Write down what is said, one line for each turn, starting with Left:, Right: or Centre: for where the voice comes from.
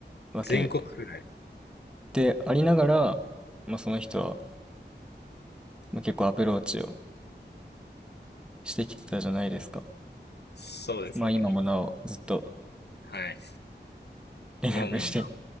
Centre: わけ
Left: 全国くらい。
Centre: でありながら、まあ、その人は、まあ、結構アプローチをしてきてたじゃないですか。
Left: そうですね。
Centre: まあ今もなおずっと
Left: はい。
Centre: 連絡して、
Left: 今もな